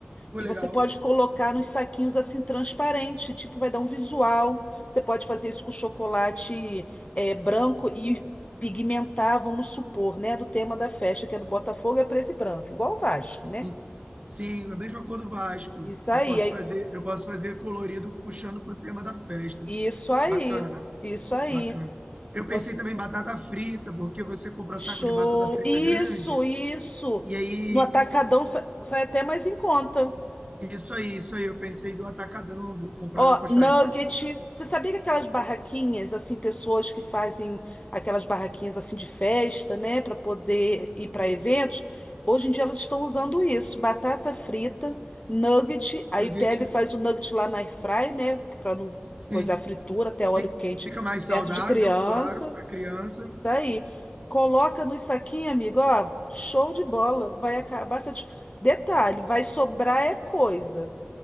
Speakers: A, on the right; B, on the left.
A: Pô,
B: E
A: legal.
B: você pode colocar nos saquinhos assim transparente, tipo, vai dar um visual. Você pode fazer isso com chocolate é, branco e pigmentar, vamos supor, né? Do tema da festa, que é do Botafogo, é preto e branco, igual o Vasco, né?
A: E- Sim, é a mesma cor do Vasco.
B: Isso
A: Eu
B: aí,
A: posso
B: aí-
A: fazer, eu posso fazer colorido puxando pro tema da festa.
B: isso aí,
A: Bacana,
B: isso aí.
A: bacana. Eu pensei
B: Você,
A: também em batata frita, porque você compra
B: show!
A: saco de batata frita
B: Isso,
A: grande.
B: isso!
A: E aí,
B: No atacadão sa- sai até mais em conta.
A: isso aí, isso aí. Eu pensei do atacadão, vou comprar
B: Ó,
A: uma quantidade
B: nugget.
A: de
B: Você sabia que aquelas barraquinhas, assim, pessoas que fazem aquelas barraquinhas assim de festa, né, para poder ir para eventos, hoje em dia elas estão usando isso, batata frita, nugget, aí
A: nuggets
B: pega e faz o nugget lá na air fry, né, para não
A: Sim,
B: coisar a fritura, até óleo
A: fi-
B: quente
A: fica mais
B: perto
A: saudável,
B: de criança.
A: claro, para criança.
B: Isso aí. Coloca nos saquinhos, amigo, ó, show de bola. Vai acabar. satis- Detalhe, vai sobrar é coisa